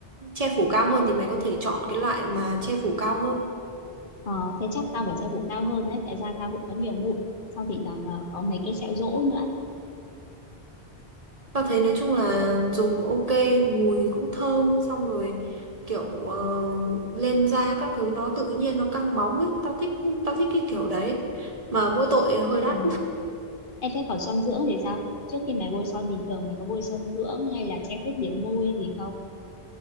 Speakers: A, on the right (about 40°); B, on the left (about 55°).
A: che phủ cao hơn thì mày có thể chọn cái loại mà che phủ cao hơn.
B: ờ thế chắc tao phải che phủ cao hơn đấy tại da tao cũng có nhiều mụn xong thì là có mấy cái sẹo rỗ nữa
A: Tao thấy nói chung là dùng ok, mùi cũng thơm, xong rồi kiểu ờ, lên da các thứ nó tự nhiên nó căng bóng ấy, tao thích tao thích cái kiểu đấy. Mà mỗi tội hơi
B: Ờ.
A: đắt
B: Em thấy còn son dưỡng thì sao? Trước khi mày bôi son bình thường mày có bôi son dưỡng hay là che khuyết điểm môi gì không?